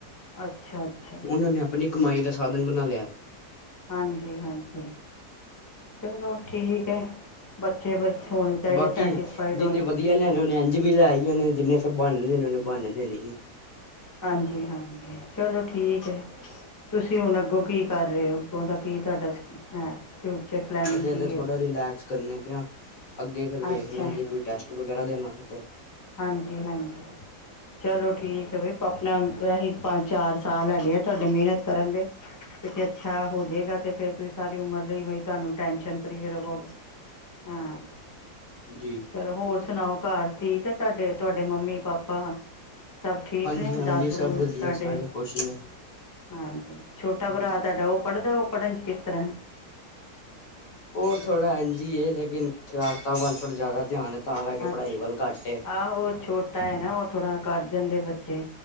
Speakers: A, on the left; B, on the left.
A: ਅੱਛਾ, ਅੱਛਾ।
B: ਉਹਨਾਂ ਨੇ ਆਪਣੀ ਕਮਾਈ ਦਾ ਸਾਧਨ ਬਣਾ ਲਿਆ।
A: ਹਾਂਜੀ -ਹਾਂਜੀ। ਚਲੋ ਠੀਕ ਹੈ, ਬੱਚੇ ਬਸ ਹੋਣੇ ਚਾਹੀਦੇ
B: ਬਾਕੀ
A: ਸੈਟਿਸਫਾਈਡ ਹੋਣੇ ਚਾਹੀਦੇ।
B: ਜਿੰਨੇ ਲਿਆਉਣੇ ਉਹਨੇ ਇੰਜ ਵੀ ਲੈ ਹੀ ਆਉਣੇ ਜਿੰਨੇ ਫਿਰ ਬਹਾਨੇ ਦੇਨੇ ਉਨੇ ਬਹਾਨੇ ਦੇਣੀ ਹ।
A: ਹਾਂਜੀ-ਹਾਂਜੀ ਚਲੋ ਠੀਕ ਹੈ। ਤੁਸੀਂ ਹੁਣ ਅੱਗੋਂ ਕੀ ਕਰ ਰਹੇ ਹੋ ਉਹਦਾ ਕੀ ਤੁਹਾਡਾ ਹੈ। ਫਿਊਚਰ ਪਲੈਨਿੰਗ
B: ਅਜੇ
A: ਕੀ
B: ਤੇ ਥੋੜਾ
A: ਹੈ
B: ਰਿਲੈਕਸ ਕਰਦੇ ਪਏ ਆ। ਅੱਗੇ ਫੇਰ ਵੇਖਦੇ
A: ਅੱਛਾ
B: ਹਾਂ ਜੇ ਕੋਈ ਟੈਸਟ ਵਗੈਰਾ ਦੇਣਾ ਹੋਏ ਤੇ
A: ਹਾਂਜੀ-ਹਾਂਜੀ, ਚਲੋ ਠੀਕ ਹੈ ਵੀ ਆਪਣਾ ਏਹੀ ਪੰਜ-ਚਾਰ ਸਾਲ ਹੈਗੇ ਆ, ਤੁਹਾਡੇ ਮਿਹਨਤ ਕਰਨ ਦੇ ਕਿਤੇ ਅੱਛਾ ਹੋ ਜੇਗਾ ਤੇ ਫੇਰ ਤੁਸੀਂ ਸਾਰੇ ਉਮਰ ਲਈ ਬਈ ਤੁਹਾਨੂੰ ਟੈਨਸ਼ਨ ਫਰੀ ਰਵੋਗੇ। ਹਾਂ
B: ਜੀ
A: ਚਲੋ ਹੋਰ ਸੁਣਾਓ ਘਰ ਠੀਕ ਹੇ ਸਾਡੇ, ਤੁਹਾਡੇ ਮੰਮੀ-ਪਾਪਾ ਸਬ ਠੀਕ ਨੇ
B: ਹਾਂਜੀ
A: ਦਾਦੂ
B: ਸਭ ਵਧੀਆ
A: ਤੁਹਾਡੇ
B: ਸਾਰੇ ਖੁਸ਼ ਨੇ
A: ਹਾਂਜੀ ਛੋਟਾ
B: ਹਾਂਜੀ।
A: ਭਰਾ ਤੁਹਾਡਾ ਉਹ ਪੜ੍ਹਦਾ, ਉਹ ਪੜ੍ਹਨ ਚ ਕਿਸ ਤਰ੍ਹਾਂ
B: ਉਹ ਥੋੜ੍ਹਾ ਇੰਝ ਹੀ ਏ, ਲੇਕਿਨ ਸ਼ਰਾਰਤਾਂ ਵੱਲ ਥੋੜ੍ਹਾ ਜ਼ਿਆਦਾ ਧਿਆਨ ਏ, ਤਾਂ ਕਰਕੇ ਪੜ੍ਹਾਈ
A: ਅੱਛਾ
B: ਵੱਲ ਘੱਟ ਏ
A: ਆਹੋ ੳਹ ਛੋਟ ਟਾ ਹੈ ਨਾ ਉਹ ਥੋੜ੍ਹਾ ਕਰ ਜਾਂਦੇ ਬੱਚੇ,